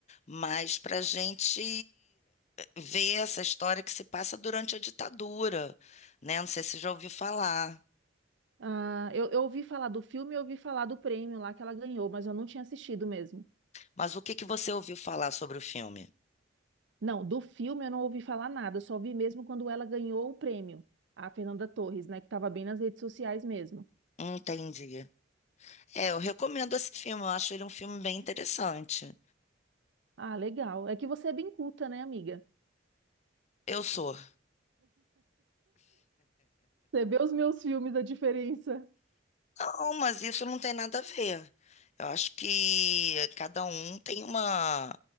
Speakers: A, on the left; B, on the right.
A: mas para a gente ver essa história que se passa durante a ditadura, né? Não sei se já ouviu falar,
B: Ah, eu, eu ouvi falar do filme, eu ouvi falar do prêmio lá que ela ganhou, mas eu não tinha assistido mesmo.
A: mas o que que você ouviu falar sobre o filme?
B: Não, do filme eu não ouvi falar nada, só vi mesmo quando ela ganhou o prêmio, a Fernanda Torres, né, que estava bem nas redes sociais mesmo.
A: Entendi. É, eu recomendo esse filme, eu acho ele um filme bem interessante.
B: Ah, legal. É que você é bem culta, né, amiga?
A: Eu sou
B: Você vê os meus filmes, a diferença.
A: Não, mas isso não tem nada a ver. Eu acho que cada um tem uma